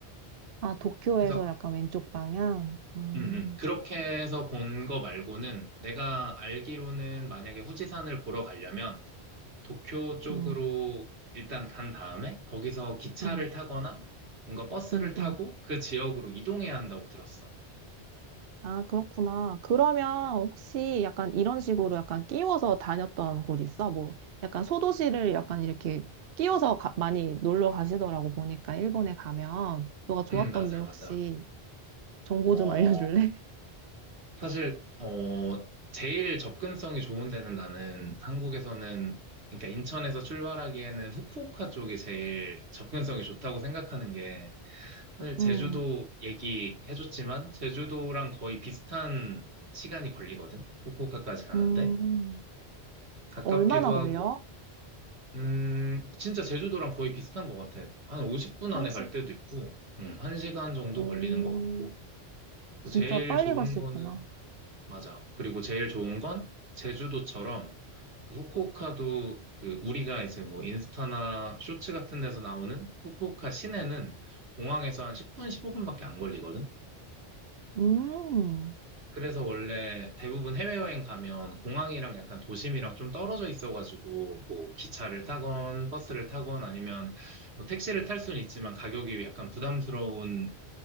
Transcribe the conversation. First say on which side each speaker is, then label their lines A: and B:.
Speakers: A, on the right; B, on the right.
A: 아, 도쿄에서
B: 그래서
A: 약간 왼쪽 방향? 음,
B: 음, 음. 그렇게 해서 본 거 말고는 내가 알기로는 만약에 후지산을 보러 가려면 도쿄 쪽으로
A: 음,
B: 일단 간 다음에 거기서 기차를
A: 음,
B: 타거나 뭔가 버스를
A: 음,
B: 타고
A: 음.
B: 그 지역으로 이동해야 한다고 들었어.
A: 아, 그렇구나. 그러면 혹시 약간 이런 식으로 약간 끼워서 다녔던 곳 있어? 뭐 약간 소도시를 약간 이렇게 끼워서 가- 많이 놀러 가시더라고 보니까 일본에 가면 너가 좋았던데
B: 음, 맞아,
A: 혹시
B: 맞아.
A: 정보
B: 어,
A: 좀 알려줄래?
B: 사실, 어, 제일 접근성이 좋은 데는 나는 한국에서는, 그러니까 인천에서 출발하기에는 후쿠오카 쪽이 제일 접근성이 좋다고 생각하는 게
A: <laughs>
B: 사실 제주도
A: 음,
B: 얘기해줬지만 제주도랑 거의 비슷한 시간이 걸리거든. 후쿠오카까지 가는데
A: 음.
B: 가깝기도
A: 얼마나 걸려?
B: 하고, 음, 진짜 제주도랑 거의 비슷한 것 같아. 한 50분
A: 한
B: 안에
A: 시.
B: 갈 때도 있고, 음, 시간 정도
A: 오,
B: 걸리는 것 같고. 또
A: 진짜
B: 제일
A: 빨리
B: 좋은
A: 갈 수
B: 거는
A: 있구나.
B: 맞아. 그리고 제일 좋은 건 제주도처럼 그 후쿠오카도 그 우리가 이제 뭐 인스타나 쇼츠 같은 데서 나오는 후쿠오카 시내는 공항에서 한 10분, 15분밖에 안 걸리거든.
A: 음,
B: 그래서 원래 대부분 해외여행 가면 공항이랑 약간 도심이랑 좀 떨어져 있어가지고 뭐 기차를 타건 버스를 타건 아니면 뭐 택시를 탈 수는 있지만 가격이 약간 부담스러운